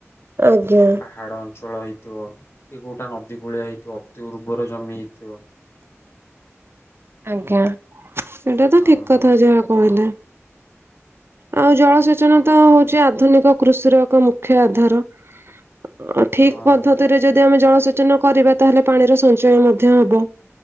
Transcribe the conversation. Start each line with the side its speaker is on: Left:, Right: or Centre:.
Right: ଆଜ୍ଞା।
Left: ପାହାଡ଼ ଅଞ୍ଚଳ ହେଇଥିବ କି କୋଉଟା ନଦୀ କୂଳିଆ ହେଇଥିବ ଅତି ଉର୍ବର ଜମି ଥିବ।
Right: ଆଜ୍ଞା ସେଇଟା ତ
Left: ହଁ
Right: ଠିକ୍ କଥା ଯାହା କହିଲେ। ଆଉ ଜଳସେଚନ ତ ହଉଛି ଆଧୁନିକ କୃଷିର ଏକ ମୁଖ୍ୟ ଆଧାର। <inaudible> ଠିଊକ
Left: ହଁ
Right: ପଦ୍ଧତିରେ ଯଦି ଆମେ ଜଳସେଚନ କରିବା ତାହେଲେ ପାଣିର ସଞ୍ଚୟ ମଧ୍ୟ ହବ।